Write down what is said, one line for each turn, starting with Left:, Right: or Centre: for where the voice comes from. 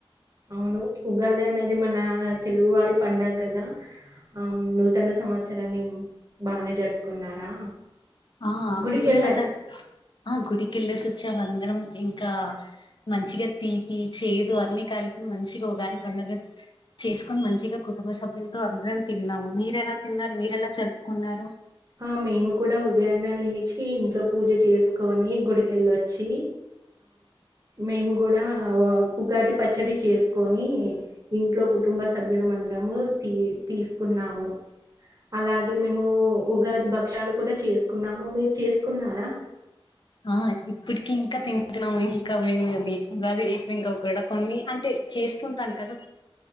Right: అవును ఉగాది అనేది మన తెలుగువారి పండుగ కదా ఆ నూతన సంవత్సరాన్ని బాగానే జరుపుకున్నారా
Left: ఆ హ
Right: గుడికి
Left: మీరెలా
Right: వెళ్ళ
Left: జరుప్ ఆ గుడికి వెళ్ళేసి వచ్చాము అందరం ఇంకా మంచిగా తీపి చేదు అన్ని కలిపి మంచిగా ఉగాది పండుగ చేసుకొని మంచిగా కుటుంబ సభ్యులతో అందరం తిన్నాము మీరెలా తిన్నారు మీరెలా జరుపుకున్నారు
Right: ఆ మేము కూడా ఉదయాన్నే లేచి ఇంట్లో పూజ చేసుకొని గుడికెళ్ళొచ్చి మేము కూడా ఉగాది పచ్చడి చేసుకొని ఇంట్లో కుటుంబ సభ్యులం అందరము తీ తీసుకున్నాము అలాగే మేము ఉగాది బక్ష్యాలు కూడా చేసుకున్నాము మీరు చేసుకున్నారా
Left: ఆ ఇప్పటికి ఇంకా తింటున్నాం ఇంకా మేం అది ఉగాది అయిపోయినంక కూడా కొన్ని అంటే చేసుకుంటాం కదా